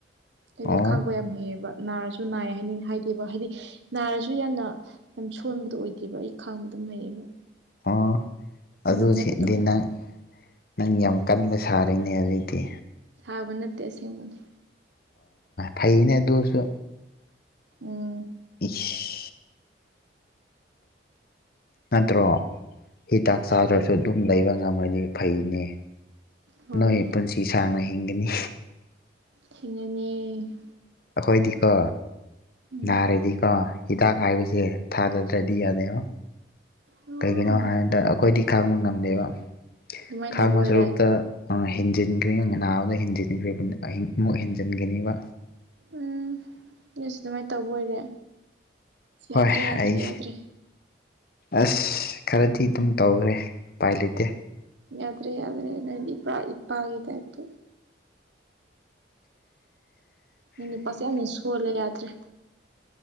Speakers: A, on the right (about 70°); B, on the left (about 50°).
A: ꯍꯥꯏꯗꯤ
B: ꯑꯣ
A: ꯈꯥꯡꯕ ꯌꯥꯝ ꯍꯦꯛꯑꯕ ꯅꯥꯔꯁꯨ ꯅꯥꯏ ꯍꯥꯏꯅꯤꯡ ꯍꯥꯏꯗꯦꯕ ꯍꯥꯏꯗꯤ ꯅꯥꯔꯁꯨ ꯌꯥꯝꯅ ꯌꯥꯝ ꯁꯣꯟꯕꯗꯣ ꯑꯣꯏꯗꯦꯕ ꯑꯩ ꯈꯥꯡꯕꯗ ꯍꯩꯌꯦꯕ
B: ꯑꯣ ꯑꯗꯨꯗꯤ
A: ꯉꯝꯅꯕ ꯇꯧꯋꯦ
B: ꯅꯪ ꯅꯪ ꯌꯥꯝ ꯀꯟꯕ ꯁꯥꯔꯤꯅꯦ ꯑꯗꯨꯑꯣꯏꯗꯤ
A: ꯁꯥꯕ ꯅꯠꯇꯦ ꯑꯁꯦꯡꯕꯅꯤ
B: ꯐꯩꯅꯦ ꯑꯗꯨꯁꯨ
A: ꯎꯝ
B: ꯏꯁ ꯅꯠꯇ꯭ꯔꯣ ꯍꯤꯗꯥꯛ ꯆꯥꯗ꯭ꯔꯁꯨ
A: ꯍꯣꯏ
B: ꯑꯗꯨꯝ ꯂꯩꯕ ꯉꯝꯃꯅꯤ ꯐꯩꯅꯦ
A: ꯍꯣꯏ
B: ꯅꯣꯏ ꯄꯨꯟꯁꯤ ꯁꯥꯡꯅ ꯍꯤꯡꯒꯅꯤ
A: ꯊꯅꯅꯦ
B: ꯑꯩꯈꯣꯏꯗꯤꯀꯣ
A: ꯎꯝ
B: ꯅꯥꯔꯗꯤꯀꯣ ꯍꯤꯗꯥꯛ ꯍꯥꯏꯕꯁꯦ ꯊꯥꯗ ꯇꯗꯤ ꯌꯥꯗ
A: ꯑꯣ
B: ꯀꯩꯒꯤꯅꯣ ꯍꯥꯏꯕꯗ ꯑꯩꯈꯣꯏꯗꯤ ꯈꯥꯡꯕ ꯉꯝꯗꯦꯕ
A: ꯑꯗꯨꯃꯥꯏꯅ
B: ꯈꯥꯡꯕ
A: ꯇꯧꯕ ꯑꯣꯏꯔꯦ
B: ꯁꯔꯨꯛꯇ ꯍꯦꯟꯖꯤꯟꯈ꯭ꯔꯦ ꯉꯅꯥ ꯑꯃꯗ ꯍꯦꯟꯖꯤꯟꯈ꯭ꯔꯦ ꯑꯃꯨꯛ ꯍꯦꯟꯖꯤꯟꯒꯅꯦꯕ
A: ꯎꯝ ꯅꯣꯏꯁꯨ ꯑꯗꯨꯃꯥꯏ ꯇꯧꯕ ꯑꯣꯏꯔꯦ ꯌꯥꯗ꯭ꯔꯦ
B: ꯍꯣꯏ
A: ꯌꯥꯗ꯭ꯔꯦ
B: ꯑꯩ
A: ꯌꯥꯗ꯭ꯔꯦ
B: ꯑꯁ ꯈꯔꯗꯤ ꯑꯗꯨꯝ ꯇꯧꯈ꯭ꯔꯦ ꯎꯄꯥꯏ ꯂꯩꯇꯦ
A: ꯌꯥꯗ꯭ꯔꯦ ꯌꯥꯗ꯭ꯔꯦ ꯅꯪ ꯏꯄꯥ ꯏꯄꯥꯒꯤ ꯇꯥꯏꯞꯇ ꯑꯩ ꯅꯨꯄꯥꯁꯦ ꯌꯥꯝꯅ ꯁꯣꯜꯂꯦ ꯌꯥꯗ꯭ꯔꯦ